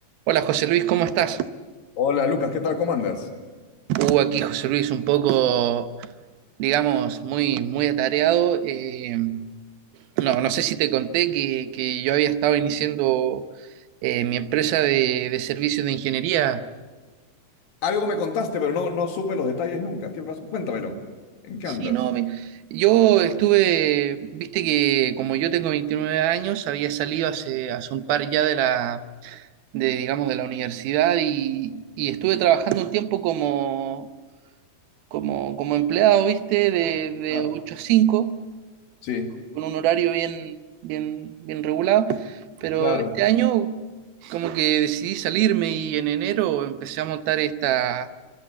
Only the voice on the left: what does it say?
Hola Lucas, ¿qué tal? ¿Cómo andas?
Algo me contaste, pero no, no supe los detalles nunca. ¿Qué pasó? Cuéntamelo. ¿En qué
andas?
Claro.
Sí,
claro.